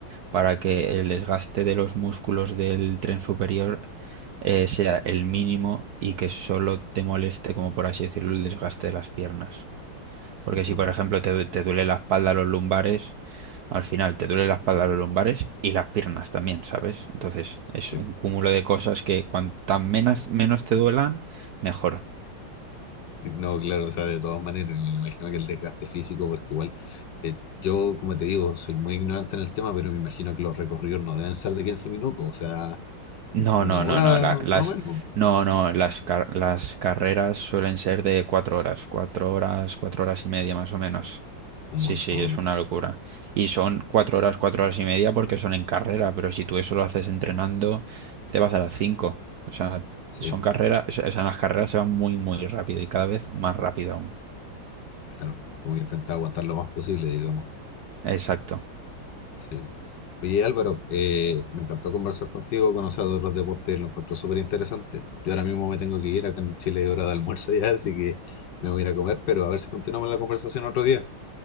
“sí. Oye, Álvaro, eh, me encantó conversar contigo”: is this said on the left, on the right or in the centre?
Left